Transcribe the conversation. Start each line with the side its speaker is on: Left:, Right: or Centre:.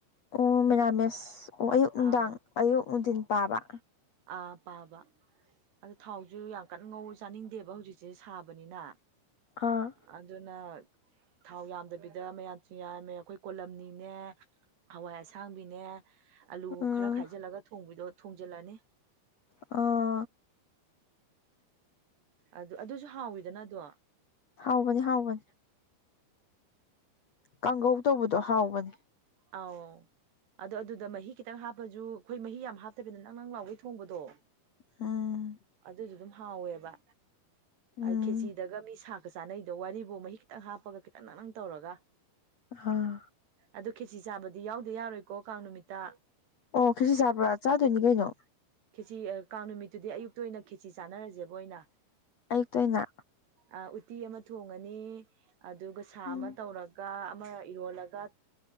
Left: ꯑꯣ ꯃꯦꯔꯥꯃꯦꯁ ꯑꯣ ꯑꯌꯨꯛ ꯅꯨꯡꯗꯥꯡ
Right: ꯑꯥ
Left: ꯑꯌꯨꯛ ꯅꯨꯡꯊꯤꯟ ꯄꯥꯕ
Right: ꯑꯥ ꯄꯥꯕ ꯑꯗꯣ ꯊꯥꯎꯁꯨ ꯌꯥꯝ ꯀꯟꯅ ꯉꯧ ꯆꯥꯅꯤꯡꯗꯦꯕ ꯍꯧꯖꯤꯛꯁꯦ ꯁꯥꯕꯅꯤꯅ
Left: ꯑꯥ
Right: ꯑꯗꯨꯅ ꯊꯥꯎ ꯌꯥꯝꯗꯕꯤꯗ ꯃꯌꯥꯝꯁꯨꯨꯡ ꯌꯥꯝꯔꯝꯃꯦ ꯑꯩꯈꯣꯏ ꯀꯣꯂꯝꯅꯤꯅꯦ ꯍꯋꯥꯏ ꯑꯁꯥꯡꯕꯤꯅꯦ ꯑꯂꯨ
Left: ꯑꯥ
Right: ꯈꯔ ꯈꯥꯏꯖꯤꯜꯂꯒꯗꯣ ꯊꯣꯡꯖꯤꯜꯂꯅꯤ
Left: ꯑꯥ
Right: ꯑꯗꯨ ꯑꯗꯨꯁꯨ ꯍꯥꯎꯋꯤꯗꯅ ꯑꯗꯣ
Left: ꯍꯥꯎꯕꯅꯤ ꯍꯥꯎꯕꯅꯤ ꯀꯥꯡꯍꯧ ꯇꯧꯕꯗꯣ ꯍꯥꯎꯕꯅꯦ
Right: ꯑꯧ ꯑꯗꯣ ꯑꯗꯨꯗ ꯃꯍꯤ ꯈꯤꯇꯪ ꯍꯥꯞꯄꯁꯨ ꯑꯩꯈꯣꯏ ꯃꯍꯤ ꯌꯥꯝ ꯍꯥꯞꯇꯕꯤꯗ ꯅꯪ ꯅꯪ ꯂꯥꯎꯒꯩ ꯊꯣꯡꯕꯗꯣ
Left: ꯎꯝ
Right: ꯑꯗꯨꯁꯨ ꯑꯗꯨꯝ ꯍꯥꯎꯋꯦꯕ
Left: ꯎꯝ
Right: ꯈꯦꯆꯤꯗꯒ ꯃꯤ ꯁꯥꯛ ꯒ ꯆꯥꯟꯅꯩꯗꯣ ꯋꯥꯔꯤꯕꯨ ꯃꯍꯤ ꯈꯤꯇꯪ ꯍꯥꯞꯄꯒ ꯈꯤꯇꯪ ꯅꯪ ꯅꯪ ꯇꯧꯔꯒ
Left: ꯑꯥ
Right: ꯑꯗꯨ ꯈꯦꯆꯤ ꯆꯥꯕꯗꯤ ꯌꯥꯎꯗꯥ ꯌꯥꯔꯣꯏꯀꯣ ꯀꯥꯡ ꯅꯨꯃꯤꯠꯇ
Left: ꯑꯣ ꯈꯦꯆꯤ ꯆꯥꯕ꯭ꯔꯣ ꯆꯥꯗꯣꯏꯅꯤ ꯀꯩꯅꯣ
Right: ꯈꯦꯆꯤ ꯀꯥꯡ ꯅꯨꯃꯤꯠꯇꯨꯗꯤ ꯑꯌꯨꯛꯇ ꯑꯣꯏꯅ ꯈꯦꯆꯤ ꯆꯥꯅꯔꯁꯦꯕ ꯑꯣꯏꯅ
Left: ꯑꯌꯨꯛꯇ ꯑꯣꯏꯅ
Right: ꯑ ꯎꯇꯤ ꯑꯃ ꯊꯣꯡꯉꯅꯤ ꯑꯗꯨꯒ ꯁꯥꯛ
Left: ꯎꯝ
Right: ꯑꯃ ꯇꯧꯔ ꯒ ꯑꯃ ꯏꯔꯣꯜꯂꯒ